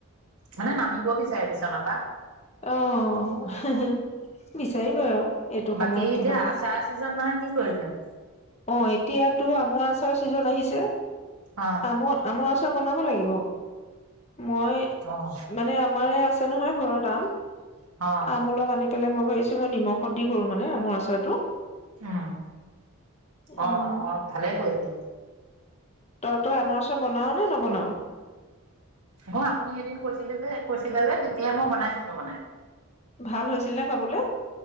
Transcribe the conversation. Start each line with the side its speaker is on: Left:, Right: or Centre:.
Right: মানে নামিব বিচাৰে বিছনাৰ পৰা।
Left: অহ, বিচাৰিবই আৰু। এইটো সময়ত
Right: বাকী
Left: তাহাঁতৰ
Right: এতিয়া আচাৰ চিজন নহয় কি কৰিলে।
Left: অ এতিয়াতো আমৰ আচাৰ ছিজন আহিছে।
Right: অ',
Left: আমৰ-আমৰ আচাৰ বনাব লাগিব। মই
Right: অ',
Left: মানে আমাৰে আছে। আছে নহয় ঘৰত আম।
Right: অ',
Left: আমোলক আনি। পেলাই মই ভাবিছো মই নিমখত দি কৰো মানে আমৰ আচাৰটো।
Right: উম
Left: উম
Right: অ অ ভালেই কৰিলি।
Left: তই তই আমৰ আচৰ বনাও নে নবনাও।
Right: মই আপুনি এদিন কৈছিলে যে কৈছিলে যে তেতিয়াই মই বনাইছিলো মানে।
Left: ভাল হৈছিল নে খাবলৈ।